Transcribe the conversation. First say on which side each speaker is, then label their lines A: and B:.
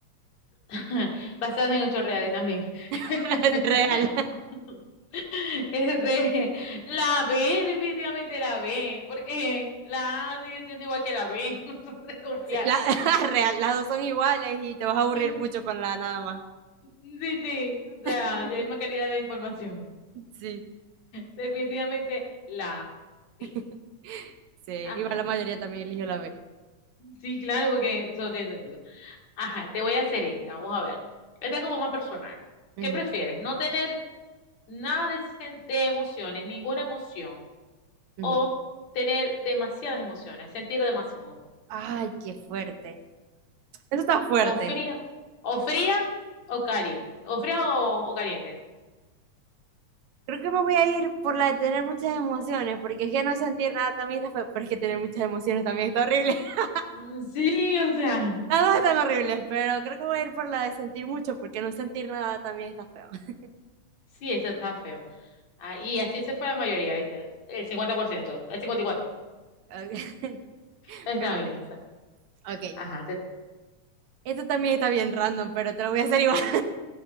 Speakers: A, on the left (about 65°); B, on the right (about 70°).
A: <laughs> Basados en hechos reales también. <laughs>
B: <laughs> Real.
A: <laughs> Este, la B, definitivamente la B, porque la A sigue siendo igual que la B, <laughs> no se puede confiar.
B: Sí, la, <laughs> real, las dos son iguales y te vas a aburrir
A: Sí,
B: mucho con la A nada más.
A: sí, sí, o sea,
B: <laughs>
A: ya hay más calidad de información.
B: Sí,
A: Definitivamente la B.
B: <laughs> sí,
A: Ajá.
B: igual la mayoría también eligió la B.
A: Sí, claro, porque eso no tiene sentido. Ajá, te voy a hacer esta, vamos a ver. Esta es como más personal.
B: Ujú,
A: ¿Qué prefieres? ¿No tener nada de, sen- de emociones, ninguna emoción,
B: ujú.
A: o tener demasiadas emociones, sentir demasiado?
B: Ay, qué fuerte. Eso está fuerte.
A: O fría, o fría o caliente, o fría o, o caliente.
B: Creo que me voy a ir por la de tener muchas emociones, porque es que no sentir nada también está feo, pero es que tener muchas emociones también está horrible. <laughs>
A: Mm, Sí, o sea,
B: Las dos están horribles, pero creo que voy a ir por la de sentir mucho, porque no sentir nada también está feo. <laughs>
A: sí, eso está feo. Ah, y así se fue la mayoría, ¿viste? El cincuenta por ciento el 54%.
B: Ok, <laughs>
A: Está
B: Me imagino.
A: bien esa.
B: Ok,
A: Ajá, te-
B: esto también está bien random, pero te lo voy a hacer igual.